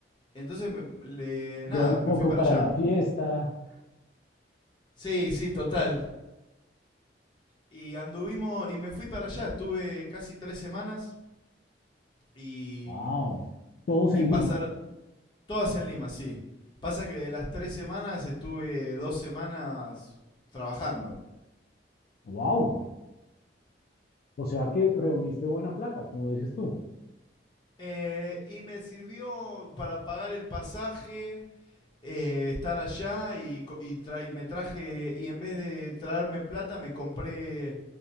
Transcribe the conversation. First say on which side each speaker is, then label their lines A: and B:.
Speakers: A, on the left (about 25°); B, on the left (about 55°).
A: Entonces me- le- nada,
B: Queda un
A: me
B: poco
A: fui para
B: para
A: allá.
B: la fiesta.
A: Sí, sí, total. Y anduvimos y me fui para allá, estuve casi tres semanas y
B: Wow. Todos
A: Y
B: en
A: pasar
B: Lima.
A: todas en Lima, sí. Pasa que de las tres semanas estuve dos semanas trabajando.
B: Wow. O sea que reuniste buena plata, como dices tú.
A: Eh, y me sirvió para pagar el pasaje, eh, estar allá y, y tra- y me traje, y en vez de traerme plata, me compré